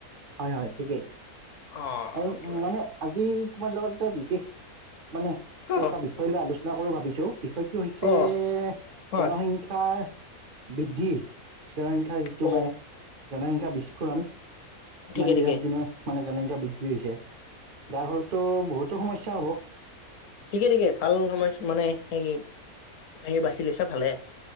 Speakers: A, on the right (about 55°); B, on the left (about 70°).
A: হয় - হয় ঠিকেই
B: অ
A: আৰু
B: এইটো
A: উম,
B: কাৰণে
A: মানে আজি তোমাৰ লগত এটা বিশেষ মানে
B: অ
A: এটা বিষয় লৈ আলোচনা কৰো ভাবিছো। বিষয়টো হৈছে
B: অ হয়
A: জনসংখ্যাৰ বৃদ্ধি। জনসংখ্যাৰ যিটো
B: অ
A: মানে জনসংখ্যা বিস্ফোৰণ
B: ঠিকে
A: মান দিনক
B: ঠিকে
A: দিনে মানে জনসংখ্যা বৃদ্ধি হৈছে। যাৰ ফলতো বহুতো সমস্যা হ'ব।
B: ঠিকে ঠিকে ভাল সময় মানে সেই সে বাচি লৈছা ভালে